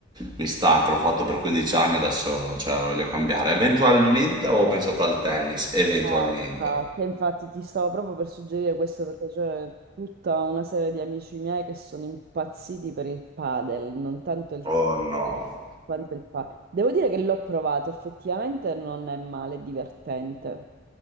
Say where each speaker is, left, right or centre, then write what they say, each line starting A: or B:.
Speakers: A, on the right; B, on the right.
A: mi stanca, l'ho fatto per 15 anni, adesso cioè, voglio cambiare. Eventualmente avevo pensato al tennis, eventualmente.
B: Ah, eh, infatti, infatti ti stavo proprio per suggerire questo perché c'è tutta una serie di amici miei che sono impazziti per il padel, non tanto il
A: Oh
B: tennis
A: no.
B: quanto il padel. Devo dire che l'ho provato, effettivamente non è male, è divertente,